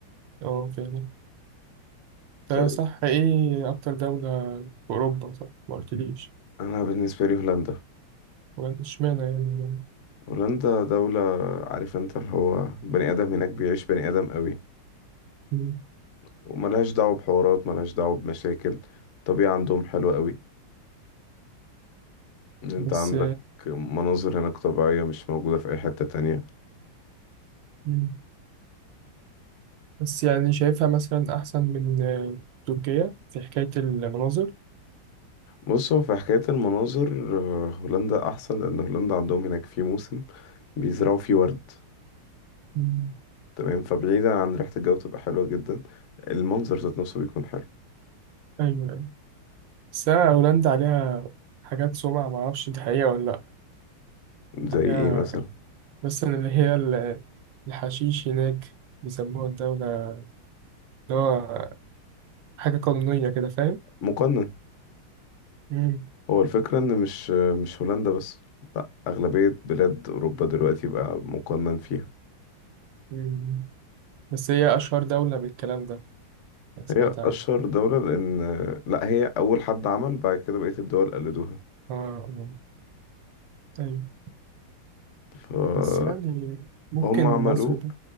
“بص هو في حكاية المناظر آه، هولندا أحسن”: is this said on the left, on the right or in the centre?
Left